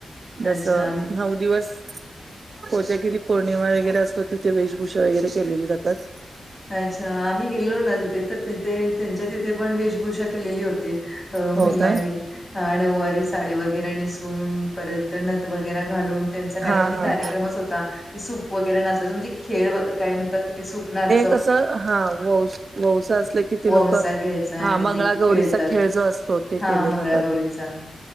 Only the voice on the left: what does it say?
अच्छा.
अच्छा आम्ही गेलो ना तिथे तर तिथे त्यांच्या तिथे पण वेश. पूषा केलेली होती अ
महिलांनी.
हा नऊवारी साडी वगैरे नेसून परत तर नत वगैरे घालून त्यांचा काहीतरी
कार्यक्रमच होता ते सूप वगैरे नाचवायच म्हणजे खेळ काय म्हणतात क ते सूपच
वंसा
घ्यायचा
आणि
ते खेळतात.
हां,
मंगळागौरीचा.